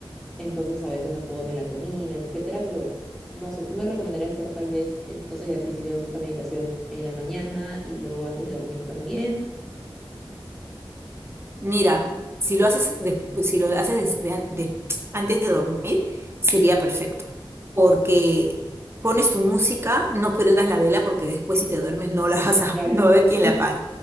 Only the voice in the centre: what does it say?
entonces a veces acudo a melatonina, etcétera, pero no sé, ¿tú me recomendarías hacer tal vez estos ejercicios, esta meditación en la mañana y luego antes de dormir también?
Claro.
<laughs>